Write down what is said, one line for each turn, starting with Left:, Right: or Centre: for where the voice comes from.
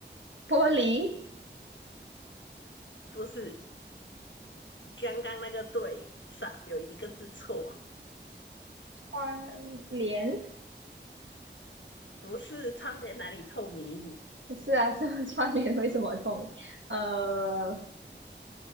Right: 玻璃。
Left: 不是刚刚那个对，少有一个字错，
Right: 窗帘
Left: 不是窗帘哪里透明，
Right: 是啊，<laughs> 这么关联为什么透明？呃，